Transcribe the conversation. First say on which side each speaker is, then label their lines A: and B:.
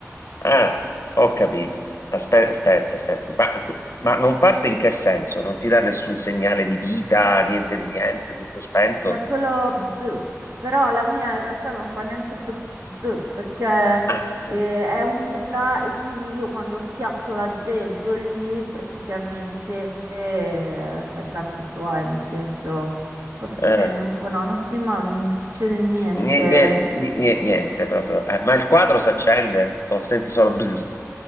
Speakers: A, on the left; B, on the right.
A: ah, ho capito. Aspe- Aspetta, aspetta, Ma, ma non parte in che senso? Non ti dà nessun segnale di vita, niente di niente, tutto spento?
B: Fa solo bzz, però la mia in realtà non fa neanche bzz perché
A: Ah,
B: eh, è un'ibrida e quindi io quando schiaccio l'aggeggio lì praticamente eh, fa i fatti suoi, nel senso un po' si accende,
A: eh,
B: un po' no, non si, ma non succede niente.
A: nie- nie- nie- niente proprio. Eh, ma il quadro si accende o senti solo bzz?